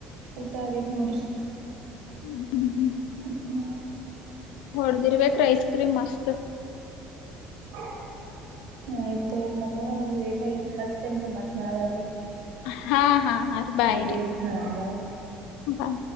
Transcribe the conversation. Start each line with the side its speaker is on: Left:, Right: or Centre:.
Right: ಊಟ ಆಗೈತ್ ನೋಡ್ರಿ
Left: ಹ್ಮ್
Right: ಹ್ಮ್ಮ
Left: ಹೊಡ್ದಿರ್ಬೇಕ್ರಿ ಐಸ್ ಕ್ರೀಮ್ ಮಸ್ತ್
Right: ಹ ಆಯ್ತು ಅವ್ರ ಮಕರ್ ಅಂದ್ರರು ಲೇಟ್ ಆಗಾದ್ರೆ ಹಚ್ತೇನ್ ರಿ ಮತ್ ನಾಳೆ ಅದು
Left: ಹಾ ಹಾ ಹಾ ರ ಬಾಯ್
Right: ಇಡ್ಲಿ
Left: ರಿ
Right: ಹಾ ರೀ ಬಾಯ್
Left: ಬ